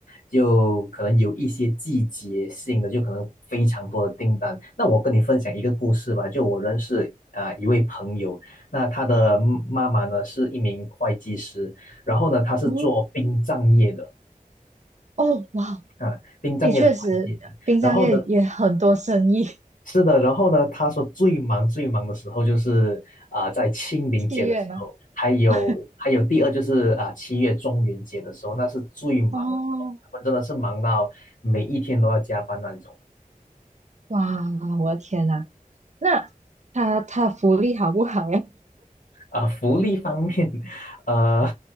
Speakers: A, on the left; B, on the right.
A: 就可能有一些季节性的，就可能非常多的订单。那我跟你分享一个故事吧，就我认识啊、呃一位朋友，那他的妈妈呢是一名会计师，然后呢他是做殡葬业的，
B: <laughs> 哦哦哇，
A: 啊，殡葬业的会计师，
B: 诶，确实殡葬业也很多生意，
A: 然后呢。是的，然后呢，他说最忙最忙的时候就是啊、在清明节的时候，
B: <laughs> 戏月吗？
A: 还有还有第二就是啊、
B: <laughs>
A: 七月中元节的时候，那是最忙的时候，
B: 哦
A: 他们真的是忙到每一天都要加班那种。
B: 哇，我的天呐，那他他福利好不好呀？
A: 啊、福利方面，<laughs> 呃，